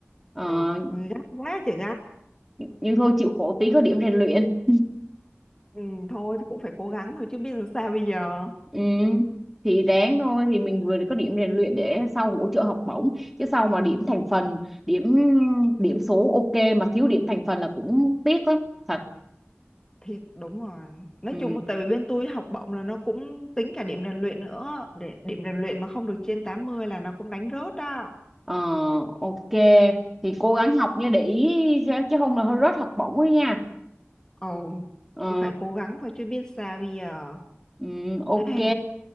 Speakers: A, in the centre; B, on the left.
A: ờ,
B: Trời ơi, gắt quá trời gắt.
A: nhưng thôi chịu khổ tí có điểm rèn luyện
B: Ừ, thôi thì cũng phải cố gắng thôi chứ biết làm sao bây giờ.
A: ừ. thì ráng thôi thì mình vừa có điểm rèn luyện để sau hỗ trợ học bổng chứ sau mà điểm thành phần điểm điểm số ok mà thiếu điểm thành phần là cũng tiếc lắm thật
B: Thiệt đúng rồi. Nói
A: ừ.
B: chung tại vì bên tôi học bổng là nó cũng tính cả điểm rèn luyện nữa. Điểm, điểm rèn luyện mà không được trên 80 là nó cũng đánh rớt đó.
A: ờ, ok thì cố gắng học nha để ý chứ không là hơi rớt học bổng ấy nha
B: Ồ,
A: ờ
B: cứ phải cố gắng thôi chứ biết sao bây giờ.
A: Ừ, ok
B: <sighs> Hay,